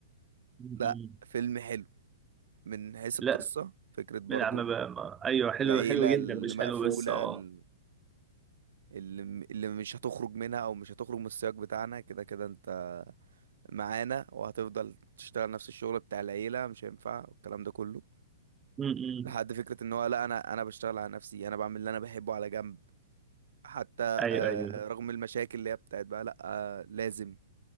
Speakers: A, on the right; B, on the right.
A: م-م.
B: لأ فيلم حلو من حيث القصة
A: لا
B: فكرة برضو
A: من عم بقى ما... ايوه حلو
B: العيلة
A: حلو جدا
B: اللي
A: مش
B: مقفولة
A: حلو بس اه
B: اللي اللي مش هتخرج منها أو مش هتخرج من السياق بتاعنا كده كده أنت معانا وهتفضل تشتغل نفس الشغل بتاع العيلة مش هينفع والكلام ده كله
A: م-م.
B: لحد فكرة إن هو لأ أنا أنا بشتغل على نفسي أنا بعمل اللي أنا بحبه على جنب حتى
A: ايوه
B: آه،
A: ايوه
B: رغم المشاكل اللي هي بتاعت بقى لأ آه، لازم